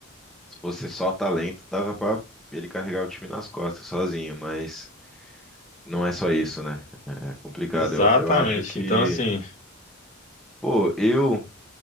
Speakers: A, in the centre; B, on the left.
A: se fosse só talento, dava pra ele carregar o time nas costas sozinho, mas não é só isso, né? É complicado.
B: Exatamente.
A: Eu, eu acho que,
B: Então, assim,
A: pô, eu...